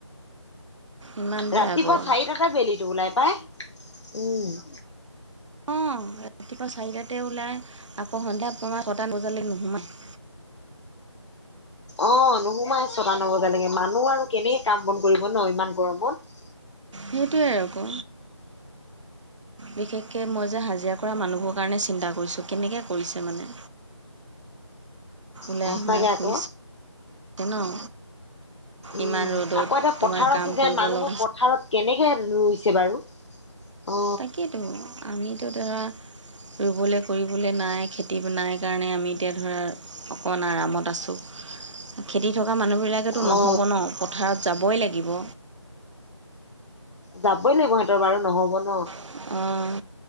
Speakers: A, on the right; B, on the left.
A: ইমান বেয়া
B: ৰাতিপুৱা
A: গৰম
B: চাৰিটাতে বেলিটো ওলাই পাই উম,
A: অঁ ৰাতিপুৱা চাৰিটাতে ওলাই আকৌ সন্ধিয়া পা ছটা বজালৈকে নোসোমায় <inaudible>
B: অ', নোসোমাই ছটা নবজালৈকে মানুহ আৰু কেনেকে কাম বন কৰিব ন ইমান গৰমত।
A: সেইটোৱে আৰু ক'। বিশেষকৈ মই যে হাজিৰা কৰা মানুহবোৰ কাৰণে চিন্তা কৰিছোঁ কেনেকে কৰিছে মানে। ওলাই
B: সঁচাকে
A: সোমাই ফুৰিছে
B: আকৌ
A: ন'।
B: উম,
A: ইমান ৰ'দত
B: আকৌ এটা
A: তোমাৰ
B: পথাৰৰ
A: কাম
B: চিজন
A: কৰিব
B: মানুহবোৰ
A: লগা
B: পথাৰত কেনেকে ৰুইছে বাৰু? অ
A: তাকেতো আমিতো ধৰা ৰুবলৈ কৰিবলৈ নাই খেতি নাই কাৰণে আমি এতিয়া ধৰা অকণ আৰামত আছোঁ। <inaudible> খেতি থকা মানুহবিলাকেতো
B: অ
A: নহ'ব ন' পথাৰত যাবই লাগিব।
B: যাবই লাগিব সিহঁতৰ বাৰু নহব ন'।
A: অ',